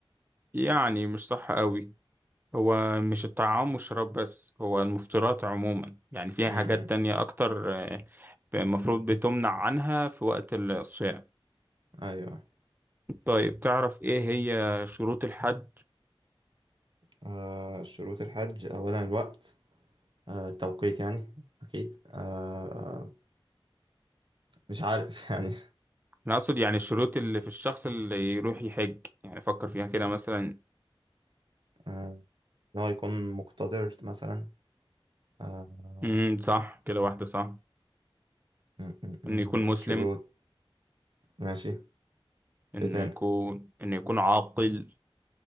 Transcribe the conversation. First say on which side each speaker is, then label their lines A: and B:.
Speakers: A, on the right; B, on the right.
A: يعني مش صح قوي هو مش الطعام والشراب بس هو المفطرات عموما يعني فيها
B: امم
A: حاجات تانية أكتر آه، المفروض بتمنع عنها في وقت الصيام
B: ايوه
A: طيب تعرف إيه هي شروط الحج؟
B: آه، شروط الحج اولا الوقت آه، التوقيت يعني اكيد آه، آه، مش عارف <laughs> يعني
A: أنا أقصد يعني الشروط اللي في الشخص اللي يروح يحج يعني فكر فيها كده مثلا
B: آه، ان هو يكون مقتدر مثلا آه،
A: امم صح كده واحدة صح
B: م- م-
A: إنه
B: م.
A: يكون مسلم
B: شروط ماشي
A: إنه
B: ايه تاني
A: يكون إنه يكون عاقل